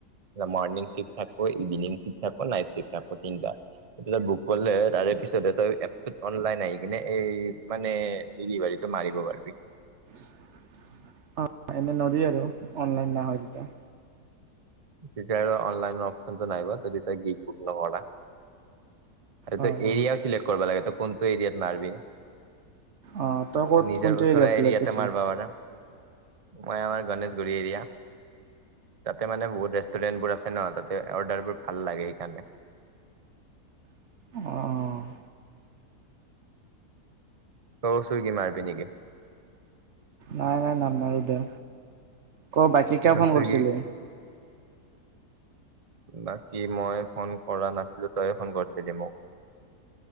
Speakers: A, on the right (about 35°); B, on the right (about 55°).
A: মৰ্নিং চিফ্ট থাকব, ইভিনিং চিফ্ট থাকব, নাইট চিফ্ট থাকব তিনটা। এইবিলাক বুক কৰলে তাৰে পিছত তাৰ এপটোত অনলাইন আহি কিনে এই মানে ডেলিভাৰীটো মাৰিব পাৰিবি।
B: <inaudible> অ' এনে নৰি আৰু অনলাইন নাহা কিটা।
A: তেতিয়া আৰু অনলাইন অপচনটো নাহিব তই তেতিয়া গীত বুক নকৰা তাতে
B: অ' অ'
A: এৰিয়া চিলেক্ট কৰিব লাগে তই কোনটো এৰিয়াত নাৰবি।
B: অ' ক'ত
A: তই নিজৰ
B: কোনটো
A: ওচৰা
B: এৰিয়া আছিলে
A: এৰিয়াতে
B: কৈছিলি।
A: মাৰব পাৰা। মই আমাৰ গণেশগুৰি এৰিয়া, তাতে মানে বহুত ৰেষ্টুৰেণ্টবোৰ আছে ন তাতে। অৰ্ডাৰবোৰ ভাল লাগে সেইকাৰণে।
B: অ।
A: চ চু কি মাৰ পি নিকে?
B: নাই নাই নামাৰো দা ক বাকী কিয়
A: ইমান
B: ফোন
A: চুইগি
B: কৰিছিলি?
A: বাকী মই ফন কৰা নাছলো। তইয়ে ফন কৰছিলি মোক।